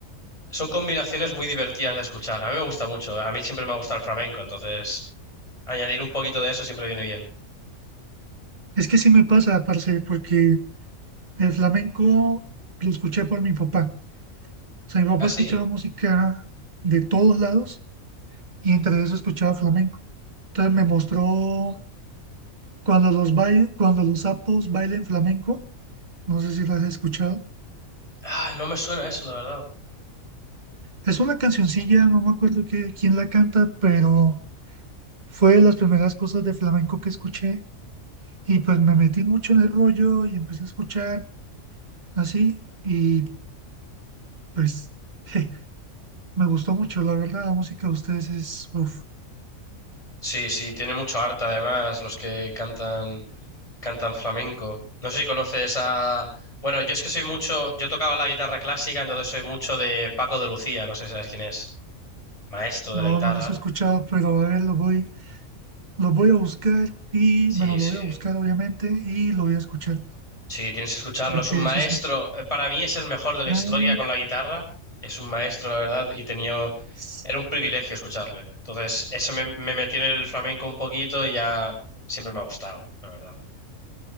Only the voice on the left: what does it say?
son combinaciones muy divertidas de escuchar. A mí me gusta mucho, a mí siempre me ha gustado el flamenco, entonces añadir un poquito de eso siempre viene bien.
Ah, sí.
Ah, no me suena eso, la verdad.
Sí, sí, tiene mucho arte además los que cantan. Cantan flamenco. No sé si conoces a... Bueno, yo es que soy mucho... Yo tocaba la guitarra clásica, entonces soy mucho de Paco de Lucía. No sé si sabes quién es. Maestro
de la guitarra.
Sí,
sí.
Sí, tienes que escucharlo.
Es un maestro.
Eh, Para mí es el mejor de la historia
con la guitarra. Es un maestro, la verdad, y tenía...
Era un privilegio escucharle. Entonces, eso me, me metió en el flamenco un poquito y ya siempre me ha gustado, la verdad.